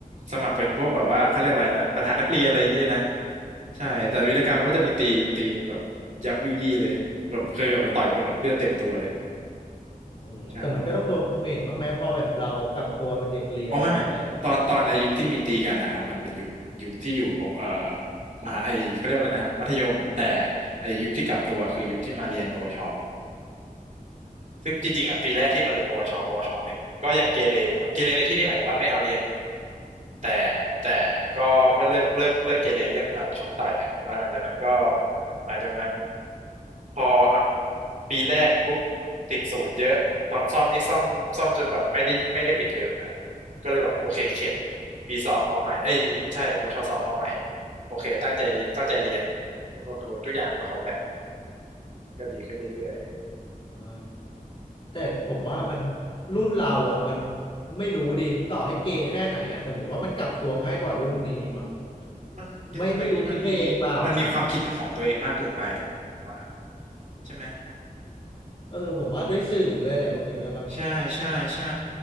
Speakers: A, on the right; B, on the left.
A: สมัครเป็นพวกแบบว่าเขาเรียกอะไรนะประธานนักเรียนอะไรอย่างเงี้ยเลยนะใช่แต่วีรกรรมก็จะมีตีตีนแบบยับยุยี่เลยแบบเคยแบบมาต่อยคนแบบเลือดเต็มตัวเลย
B: อ่าอืมแต่มันก็ต้องโดนคอมเมนต์บ้างไหมพอแบบเรากลับตัวเป็นเด็กเรียนแล้วอะไรอย่างเงี้ย
A: ใช่ อ๋อไม่ไม่ตอนตอนไอายุคที่มีตีกันนะครับมันเป็นยุคยุคที่อยู่ปบเอ่อมหาไอเขาเรียกอะไรนะฮะมัธยมแต่ไอยุคที่กลับตัวคือยุคที่มาเรียนปวช ซึ่งจริงๆอ่ะปีแรกที่มาเรียนปวชปวชหนึ่งอะก็ยังเกเรมาเกเรในที่นี่หมายถึงว่าไม่เอาเรียนแต่แต่ก็ไม่เลิกเลิกเลิกเกเรเรื่องแบบชกต่อยแหละแล้วหลังจากนั้นก็หลังจากนั้น
B: อืม
A: พออ่ะปีแรกปุ๊บติดศูนย์เยอะตอนซ่อมนี่ซ่อมซ่อมจนแบบไม่ได้ไม่ได้ปิดเทอมอะฮะก็เลยแบบโอเคเข็ดปีสองเอาใหม่เอ้ยใช่ปวชสองเอาใหม่โอเคตั้งใจตั้งใจเรียนก็ทุกอย่างมันก็คอมแบ็กก็ดีขึ้นเรื่อย
B: อ่า แต่ผมว่ามันรุ่นเราอ่ะมันไม่รู้ดิต่อให้เกย์แค่ไหนอ่ะแต่ผมว่ามันกลับตัวง่ายกว่ารุ่นนี้มั้ง
A: มันเด็กสมัยนี้มันมี
B: ไม่ไม่รู้คิดไปเองเปล่านะ
A: มันมีความคิดเป็นของตัวเองมากเกินไปครับผมผมว่าใช่ไหม
B: เออผมว่าด้วยสื่อด้วยอะไรพวกนี้ด้วยปะ
A: ใช่ใช่ใช่